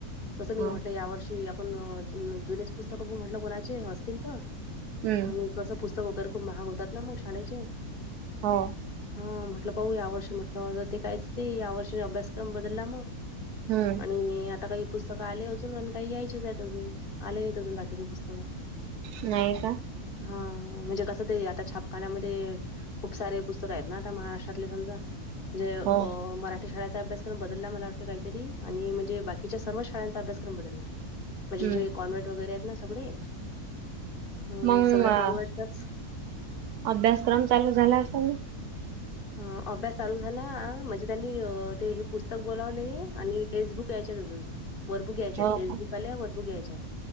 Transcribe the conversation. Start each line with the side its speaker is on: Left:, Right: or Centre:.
Left: कसं मी
Right: ह
Left: म्हटलं या वर्षी आपण. अ जुनेच पुस्तक म्हटलं कोणाचे असतील तर
Right: हम्म
Left: आणि. कसं पुस्तक वगैरे खचप महाग होतात ना मग शाळेचे.
Right: हो.
Left: हा म्हटलं पाऊ या वर्षी म्हटलं ते कायचं ते या वर्षी मी अभ्यासक्रम बदलला मग.
Right: हम्म
Left: आणि आता काही पुस्तकं आले अजून पण काही यायचेच आहेत अजून आले नाहीत अजून बाकीची पुस्तकं.
Right: नाही का.
Left: हा म्हणजे कसं ते आता छापखान्यामध्ये. खूप सारे पुस्तक आहेत ना आता महाराष्ट्रातले समजा. म्हणजे अ
Right: हो
Left: मराठी शाळेचा अभ्यास्रम बदलला मला वाटत. ते काहीतरी आणि म्हणजे बाकीच्या सर्व शाळांचा अभ्यासक्रम बदला. म्हणजे
Right: हम्म
Left: जे कॉन्वर्ट वगैरे आहेत ना सगळे ह
Right: मग
Left: सगळ्या कॉन्वर्टच.
Right: अभ्यासक्रम चालू झाला असेल.
Left: ह अभ्यास चालू झाला म्हणजे त्यांनी ते हे. पुस्तक बोलावले आणि टेक्स्टबुक यायच्या अजून वरबुक यायच्यात
Right: हो
Left: टेक्स्टबुक
Right: का
Left: आल्या वरबुक यायच्यात.